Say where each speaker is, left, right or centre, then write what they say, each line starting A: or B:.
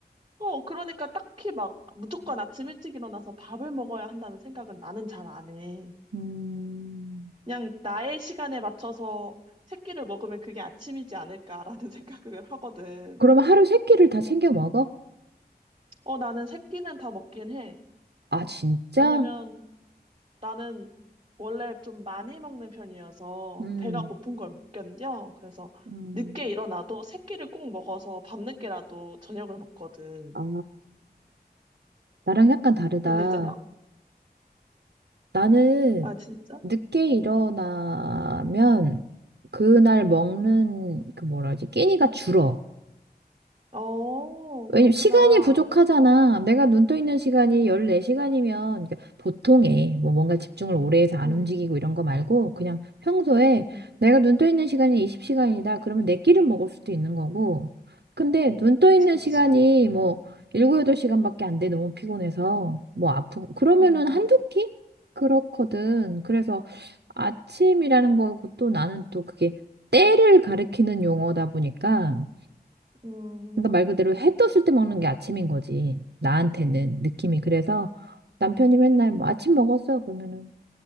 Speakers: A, on the right (about 35°); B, on the right (about 75°).
A: 어, 그러니까 딱히 막 무조건 아침 일찍 일어나서 밥을 먹어야 한다는 생각은 나는 잘 안 해.
B: 음,
A: 그냥 나의 시간에 맞춰서 새끼를 먹으면 그게 아침이지 않을까라는 <laughs> 생각을 하거든.
B: 그러면 하루 세 끼를 다 챙겨 먹어?
A: 어, 나는 새끼는 다 먹긴 해.
B: 아, 진짜?
A: 왜냐면 나는 원래 좀 많이 먹는 편이어서
B: 음,
A: 배가 고픈 걸 못 견뎌. 그래서
B: 음.
A: 늦게 일어나도 새끼를 꼭 먹어서 밤늦게라도 저녁을 먹거든.
B: 아, 나랑 약간 다르다.
A: 근데 이제 막,
B: 나는
A: 아, 진짜?
B: 늦게 일어나면 그날 먹는 그 뭐라 하지? 끼니가 줄어.
A: 어, 그렇구나.
B: 왜냐면 시간이 부족하잖아. 내가 눈떠 있는 시간이 14시간이면 보통에 뭐 뭔가 집중을 오래 해서 안
A: 음.
B: 움직이고 이런 거 말고 그냥 평소에
A: 음.
B: 내가 눈떠 있는 시간이 20시간이다. 그러면 내 끼를 먹을 수도 있는 거고. 근데 눈떠
A: 그치,
B: 있는
A: 그치.
B: 시간이 뭐 일곱, 여덟 시간밖에 안 돼. 너무 피곤해서 뭐 아프고 그러면은
A: 음,
B: 한두 끼? 그렇거든. 그래서 아침이라는 거고 또 나는 또 그게 때를 가리키는 용어다 보니까
A: 음.
B: 그러니까 말 그대로 해 떴을 때 먹는 게 아침인 거지. 나한테는 느낌이. 그래서 남편이 맨날 뭐 아침 먹었어요. 그러면은